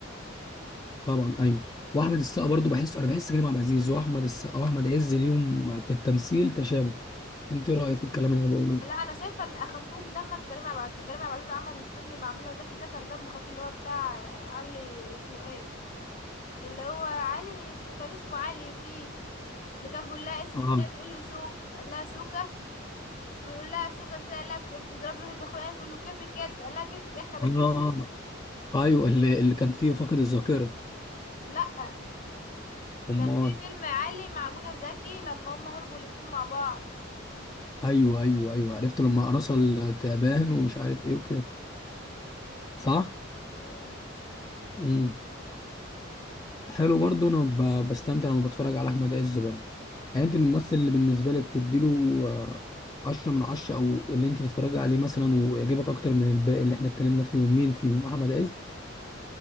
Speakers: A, on the left; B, on the left.
A: طبعا ايوه واحمد السقا برضو بحس انا بحس كريم عبد العزيز واحمد السقا واحمد عز اليوم في التمثيل تشابه انت إيه رايك في الكلام اللي انا بقوله
B: لا
A: ده
B: انا شايفه ان اخفهم دما كريم عبد العزيز كريم عبد العزيز عمل فيلم مع منى زكي ده كان دمه خفيف اللي هو بتاع علي اسمه ايه اللي هو علي اسمه كان اسمه علي فيه اللي كان بيقول لها اسمك
A: اه
B: ايه تقول له سوك قال لها سوكه بيقول لها سوكه ازاي قال لها بتضربي باخويا تقول له كيفك كده قال لها كيفك إيه؟ احنا بنحشش
A: اه آه. ايوه اللي, اللي كان فيه فقد الذاكره
B: لا
A: امال
B: كان في فيلم عالي مع منى زكي لما هم هربوا الاتنين مع بعض
A: ايوه ايوه ايوه عرفت لما رسل تعبان ومش عارف ايه وكده صح
B: امم
A: امم حلو برضه انا ب- بستمتع لما بتفرج على احمد عز برضه يعني انت من الممثل اللي بالنسبه لك تديله آه، عشرة من عشرة او اللي انت تتفرجي عليه مثلا ويعجبك اكتر من الباقي اللي احنا اتكلمنا فيهم مين فيهم احمد عز